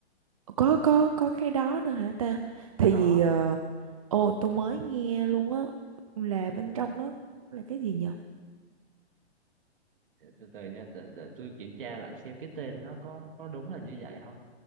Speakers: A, on the right (about 30°); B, on the right (about 50°).
A: có có có cái đó nữa hả ta thì
B: có
A: vì ờ, ồ tôi mới nghe luôn á là bên
B: từ từ
A: trong nó là cái gì nhờ
B: để- từ từ nha để, để tôi kiểm tra lại xem cái tên nó có có đúng là như vậy không